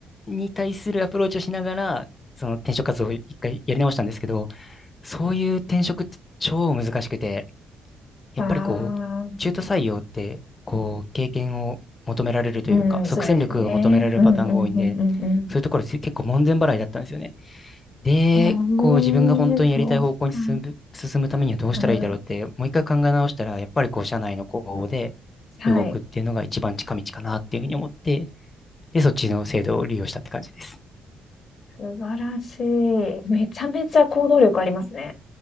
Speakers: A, on the left; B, on the left.
A: に対するアプローチをしながら、その転職活動を一回やり直したんですけど、そういう転職って超難しくて、やっぱりこう、
B: ああ、
A: 中途採用って、こう、経験を求められるというか、
B: うん、
A: 即戦力が求められるパターンが多いんで、
B: そうですね。うんうんうんうんうん。
A: そういうところ結構門前払いだったんですよね。で、
B: へえ、
A: こう、自分が本当にやりたい方向に進む、
B: そうか。
A: 進むためにはどうしたらいいだろうって、
B: はい。
A: もう一回考え直したら、やっぱりこう、社内の公募で
B: はい。
A: 動くっていうのが一番近道かなっていうふうに思って、
B: へえ、
A: で、そっちの制度を利用したって感じです。
B: 素晴らしい。めちゃめちゃ行動力ありますね。